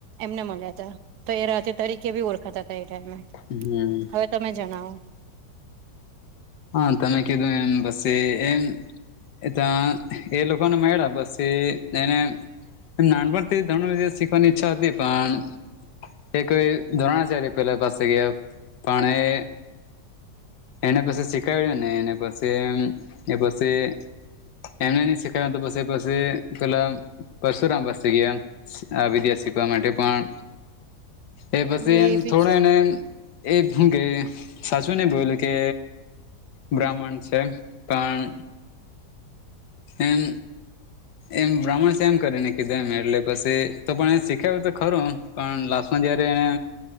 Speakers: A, on the right (about 70°); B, on the left (about 70°).
A: એમને મળ્યા હતા તો એ રાધે તરીકે બી ઓળખાતા હતા એ ટાઈમે
B: હમ
A: હવે તમે જણાવો
B: હા તમે કીધું એમ બસે એમ એ તા એ લોકોને મળ્યા બસ એ એને નાનપણ ધનુર વિદ્યા શીખવાની ઈચ્છા હતી પણ એ કોઈ ધ્રોણાચાર્ય પેલા પાસે ગયા પણ એ એને પાસે શીખ ક્યું ને પછી એ પછી એમને નહી શીખડાયુ તો પછી પેલા પરશુરામ પાસે ગયા આ વિદ્યા શીખવા માટે પણ એ પછી
A: હવે
B: એમ
A: એ બી
B: થોડો
A: છે
B: એને એ હું ગ સાચુંને બોલ કે બ્રાહ્મણ છે પણ એમ એમ બ્રાહ્મણ છે એમ કરીને કીધું એમ એટલે પછી તો પણ એ શીખાયુ તો ખરું પણ લાસ્ટમાં જયારે એને